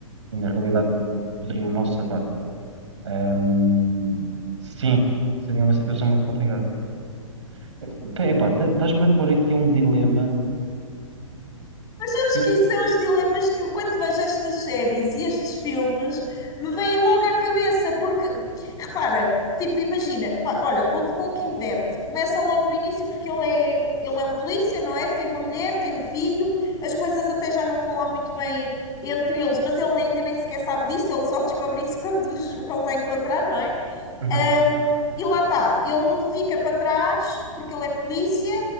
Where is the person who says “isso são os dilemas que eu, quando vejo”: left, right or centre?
Left